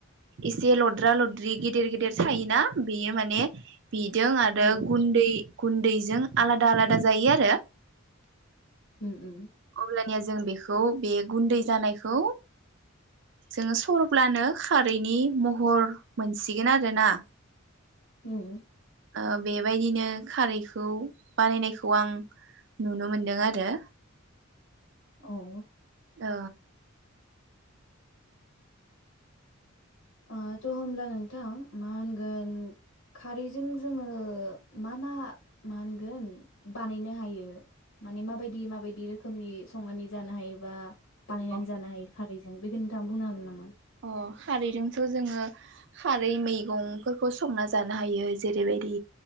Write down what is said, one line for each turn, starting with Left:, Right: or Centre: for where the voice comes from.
Right: एसे लद्रा लद्रि गेदेर गेदेर थायोना बेयो माने बिदों आरो
Left: औ
Right: गुन्दै गुन्दैजों आलादा आलादा जायो आरो
Left: उम उम
Right: अब्लानिया जों बेखौ बे गुन्दै जानायखौ जोङो सरब्लानो खारैनि महर मोनसिगोन आरोोना
Left: उम
Right: आ बेबायदिनो खारैखौ बानायनायखौ आं नुनो मोनदों आरो।
Left: औ
Right: ओ
Left: ओ थ' होमब्ला नोंथां मा होनगोन खारैजों जोङो मा मा मा होनगोन बानायनो हायो माने माबायदि माबायदि रोखोमनि संनानै जानो हायो बा बानायनानै
Right: ओ
Left: जानो हायो खारैजों बेखौ नोंथाङा बुंनो हागोन नामा?
Right: अ खारैजोंथ' जोङो खारै मैगंफोरखौ संना जानो हायो जेरैबायदि